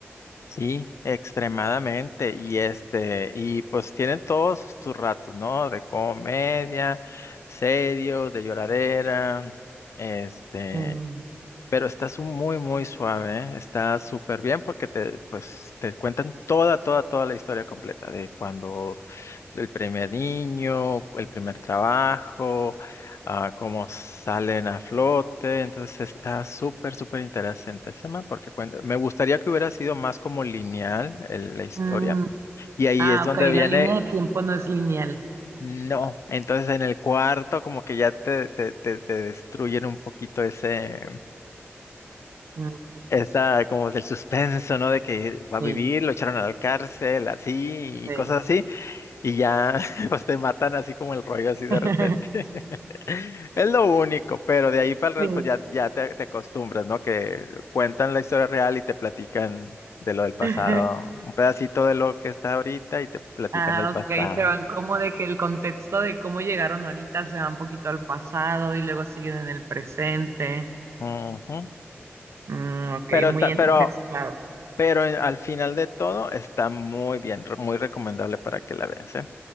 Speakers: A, on the left; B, on the right.
A: Sí, extremadamente. Y este, y pues tienen todos sus sus ratos, ¿no? De comedia, serios, de lloradera, este,
B: Mm,
A: pero estás muy, muy suave, ¿eh? Está súper bien porque te, pues, te cuentan toda, toda, toda la historia completa de cuando el primer niño, el primer trabajo, ah, cómo salen a flote. Entonces está súper, súper interesante ese tema porque cuenta- me gustaría que hubiera sido más como lineal el- la historia.
B: mm,
A: Y ahí
B: Ah,
A: es donde
B: ok,
A: viene,
B: la línea de tiempo no es lineal.
A: no. Entonces en el cuarto como que ya te, te, te, te destruyen un poquito ese...
B: Mm,
A: esa, como el suspenso, ¿no? De que va a vivir,
B: Sí,
A: lo echaron a la cárcel, así, y
B: sí.
A: cosas así, y ya, <laughs> pues te matan así como el rollo, así de
B: <laughs>
A: repente. <laughs> Es lo único, pero de ahí para el real,
B: Sí.
A: pues ya, ya te, te acostumbras, ¿no? Que cuentan la historia real y te platican de lo del pasado,
B: <laughs>
A: un pedacito de lo que está ahorita y te platican
B: Ah,
A: del pasado.
B: ok, se van como de que el contexto de cómo llegaron ahorita se va un poquito al pasado y luego siguen en el presente.
A: Ujú.
B: Mm, ok,
A: Pero
B: muy
A: está,
B: entremezclado.
A: pero, pero en- al final de todo está muy bien, re- muy recomendable para que la veas, ¿eh?